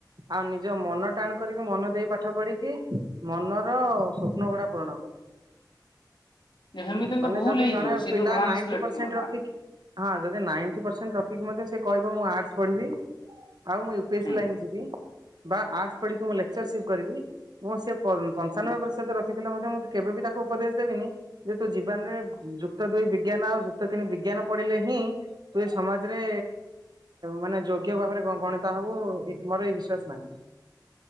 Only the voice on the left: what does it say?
ସେମିତି
ତ ଭୁଲ
ହେଇଯିବ
ସିଏ
ତ ବ୍ଲାଙ୍କସ୍ଲେଟ
ଥିବ ନା
ହୁଁ
ହୁଁ